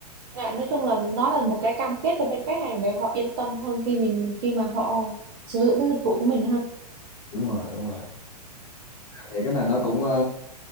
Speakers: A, on the right; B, on the left.
A: Dạ, nói chung là nó là một cái cam kết cho bên khách hàng để họ yên tâm hơn khi mình khi mà họ sử dụng cái dịch vụ của mình ha.
B: đúng rồi đúng rồi Anh nghĩ cái này nó cũng ờ,